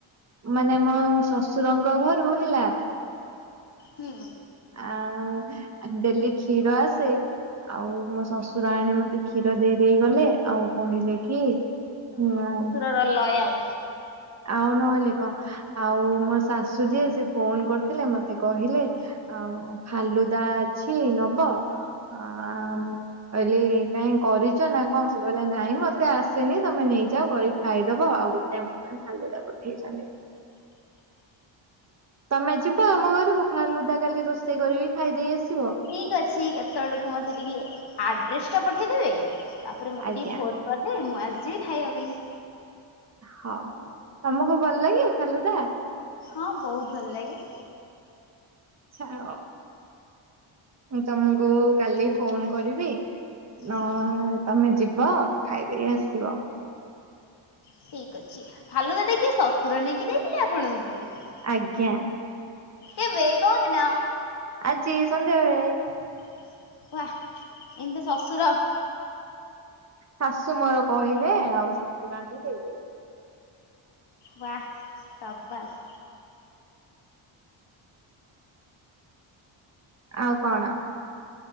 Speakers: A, on the right; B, on the left.
A: ମାନେ ମୋ ଶଶୁରଙ୍କ ଘରୁ ହେଲା।
B: ହୁଁ
A: ଆଉ ଡେଲି କ୍ଷୀର ଆସେ ଆଉ ମୋ ଶଶୁର ଆଣୀ ମତେ କ୍ଷୀର ଦେଇଦେଇ ଗଲେ ଆଉ କହିଲେ କି ମ
B: ତୋର ଲୟାଲ।
A: ଆଉ ନହେଲେ କଣ, ଆଉ ମୋ ଶାଶୁ ଯିଏ ସେ ଫୋନ୍ କରିଥିଲେ ମତେ କହିଲେ। ଆଉ ଫାଲୁଦା ଅଛି ନବ ଆ ଆ ମୁ କହିଲି କାଇଁ କରିଛ ନା କଣ, ସେ କହିଲ ନାଇଁ ମତେ ଆସେନି ତମେ ନେଇଯାଅ କରି ଖାଇଦେବା ଆଉ ଗୋଟେ ମୁଦା ଫାଲୁଦା ପଠେଇଛନ୍ତି। ତମେ ଯିବ ଆମ ଘରକୁ ଫାଲୁଦା କାଲି ରୋଷେଇ କରିକି ଖାଇଦେଇ ଆସିବ।
B: ଠିକ୍ ଅଛି, କେତେବେଳକୁ ମୋତେ ଟିକେ ଆଡ୍ରେସ୍ ଟା ପଠେଇଦେବେ, ତାପରେ ମୋତେ
A: ଆଜ୍ଞା
B: ଟିକେ ଫୋନ୍ କରିଦେବେ ମୁଁ ଆସିଥିବି ଖାଇବା ପାଇଁ।
A: ହଁ, ହଁ, ତମକୁ ଭଲ ଲାଗେ ଫାଲୁଦା
B: ହଁ, ବହୁତ୍ ଭଲ ଲାଗେ।
A: ଛାଡ, ମୁଁ ତମକୁ କାଲି ଫୋନ କରିବି। ନ
B: ହୁଁ
A: ତମେ ଯିବ ଖାଇଦେଇ ଆସିବ।
B: ଠିକ୍ ଅଛି, ଫାଲୁଦା ଟା କିଏ ଶଶୁର ନେଇକି ଦେଇଥିଲେ ଆପଣଙ୍କୁ।
A: ଆଜ୍ଞା
B: କେଵେ କୋଉ ଦିନ?
A: ଆଜି ସନ୍ଧ୍ୟାବେଳେ।
B: ୱାହ୍ ଏମିତି ଶ୍ୱଶୁର।
A: ଶାଶୁ ମୋର କହିଲେ ଆଉ ଶଶୁର ଆଣି ଦେଇ
B: ୱାହ ସାବାସ।
A: ଆଉ କଣ